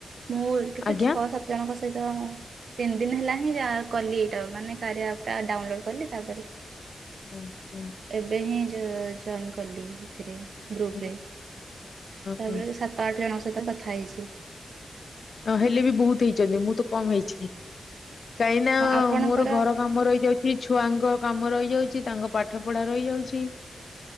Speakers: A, on the right; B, on the left.
A: ମୁଁ କେତେ
B: ଆଜ୍ଞା।
A: ଛଅ ସାତ ଜଣଙ୍କ ସହିତ ହ ତିନି ଦିନ ହେଲା ହିଁ କଲି ଏଇଟା, ମାନେ କାରିଆ ଆପ୍ ଟା ଡାଉନଲୋଡ କଲି ତାପରେ
B: ହୁଁ ହୁଁ
A: ଏବେ ହିଁ ଜ ଜଏନ୍ କଲି ଏଥିରେ, ଗ୍ରୁପ
B: ହୁଁ
A: ରେ। ତାପରେ
B: ହୁଁ।
A: ସାତ ଆଠ ଜଣଙ୍କ ସହିତ କଥା ହେଇଛି।
B: ନ ହେଲେ ବି ବହୁତ ହେଇଚନ୍ତି, ମୁଁ ତ କମ୍ ହେଇଚି, କାହିଁ ନା
A: ହଁ ଆପଣଙ୍କର
B: ମୋର ଘର କାମ ରହିଯାଉଚି, ଛୁଆଙ୍କ କାମ ରହିଯାଉଚି, ତାଙ୍କ ପାଠ ପଢା ରହିଯାଉଚି।